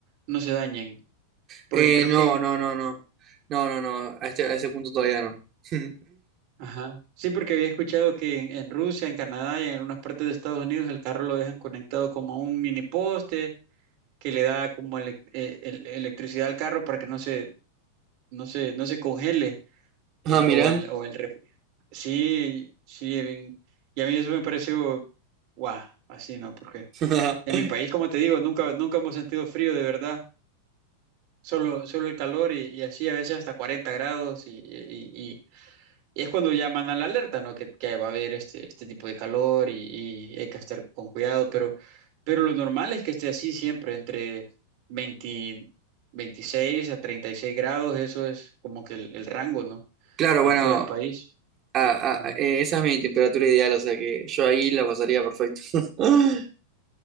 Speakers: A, on the right; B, on the right.
A: no se dañen. Porque
B: Eh,
A: creo
B: no,
A: que, en-
B: no, no, no. No, no, no. A este- a ese punto todavía no. <laughs>
A: ajá, sí, porque había escuchado que en, en Rusia, en Canadá y en algunas partes de Estados Unidos el carro lo dejan conectado como a un mini poste que le da como elec- eh, el- electricidad al carro para que no se, no se, no se congele eh,
B: Ah, mira.
A: o el, o el ref- Sí, sí, bien. Y a mí eso me pareció, guau, así, ¿no? Porque
B: <laughs>
A: en mi país, como te digo, nunca, nunca hemos sentido frío de verdad. solo, solo el calor y, y así a veces hasta 40 grados y, y- y- y es cuando ya mandan la alerta, ¿no? Que, que va a haber este, este tipo de calor y, y hay que estar con cuidado, pero, pero lo normal es que esté así siempre, entre 20 26 a 36 grados, eso es como que el, el rango, ¿no?
B: Claro, bueno,
A: En todo el país.
B: a-
A: Ujú.
B: a- eh, esa es mi temperatura ideal, o sea que yo ahí la pasaría perfecto. <laughs>